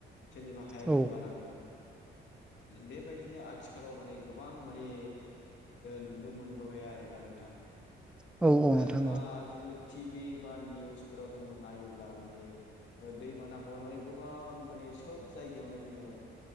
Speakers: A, on the left (about 70°); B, in the centre.
A: सोरनिबा हाया
B: औ
A: गुगालांदों बेबायदिनो आथिखालाव माने गोबां माने नुनो मोनबोबाय आरोना नोंथां
B: औ
A: मबाइल
B: नोंथां
A: बा जोङो टिभि बा निउसफोराव जोङो नायोब्ला माने दैबानाखौहाय माने गोबां माने सोब जायगायावनो जोङो